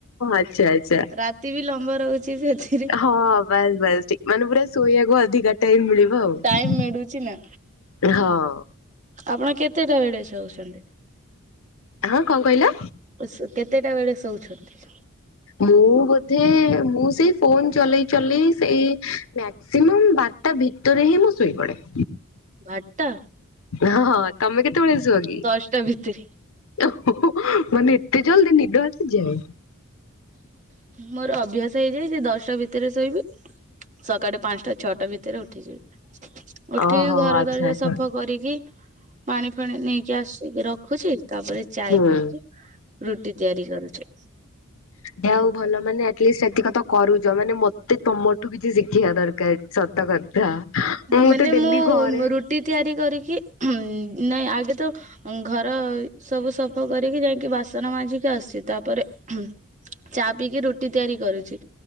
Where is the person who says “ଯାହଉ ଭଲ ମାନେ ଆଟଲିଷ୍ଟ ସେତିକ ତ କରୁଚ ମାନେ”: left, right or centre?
Left